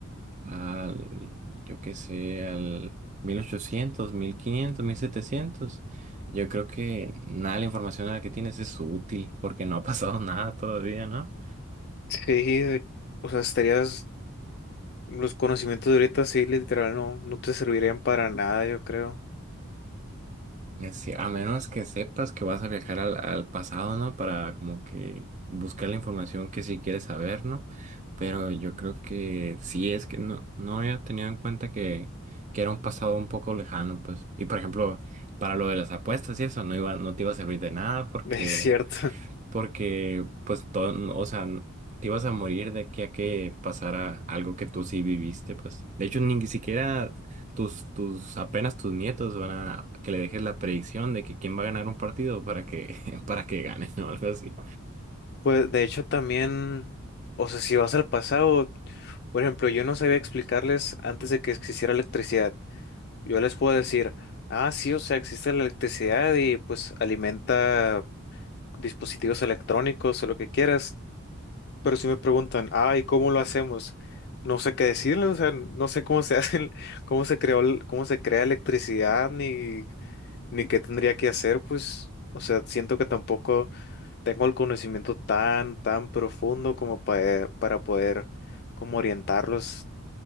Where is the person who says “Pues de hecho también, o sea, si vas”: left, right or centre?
Left